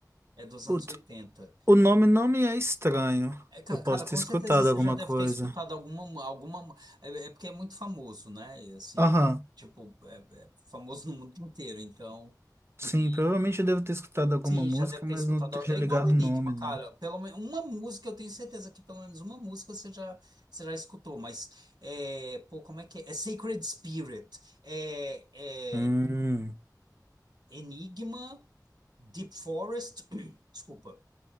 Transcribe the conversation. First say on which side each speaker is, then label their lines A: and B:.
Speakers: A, on the right (about 75°); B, on the right (about 35°).
A: é dos
B: Putz,
A: anos oitenta
B: o nome não me é estranho.
A: É, ca-
B: Eu posso
A: cara,
B: ter
A: com
B: escutado
A: certeza você
B: alguma
A: já deve
B: coisa.
A: ter escutado alguma, alguma, é, é porque é muito famoso, né? E, assim,
B: Aham,
A: tipo, é, é famoso no mundo inteiro, então,
B: sim,
A: e,
B: provavelmente eu devo ter escutado alguma
A: sim,
B: música,
A: já deve ter
B: mas
A: escutado.
B: não esteja
A: al- É
B: ligado
A: igual o Enigma,
B: o nome,
A: cara.
B: né?
A: Pelo menos uma música, eu tenho certeza que pelo menos uma música você já, você já escutou, mas é, pô, como é que é? É Sacred Spirit, é,
B: Hum,
A: é Enigma, Deep Forest, <clears throat> desculpa.